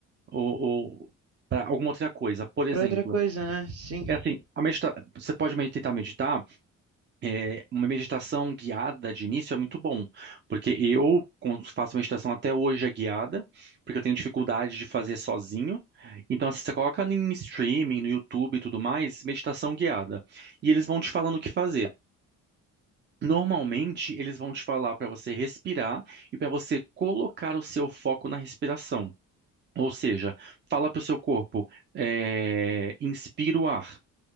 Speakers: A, on the right; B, on the right.
A: ou para alguma outra coisa. Por exemplo,
B: Para outra coisa, né? Sim,
A: é assim, a medita você pode medi- tentar meditar, é, uma meditação guiada de início é muito bom, porque eu quando faço meditação até hoje é guiada, porque eu tenho dificuldade de fazer sozinho. Então, assim, você coloca em streaming, no YouTube e tudo mais, meditação guiada, e eles vão te falando o que fazer. Normalmente, eles vão te falar para você respirar e para você colocar o seu foco na respiração. Ou seja, fala para o seu corpo, é, inspira o ar